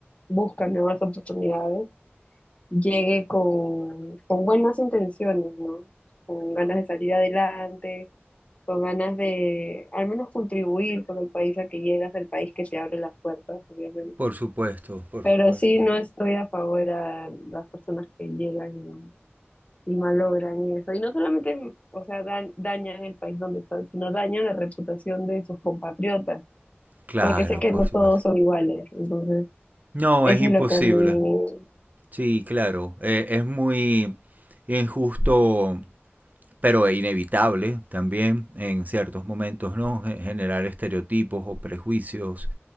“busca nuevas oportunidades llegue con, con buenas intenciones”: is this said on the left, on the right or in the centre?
Left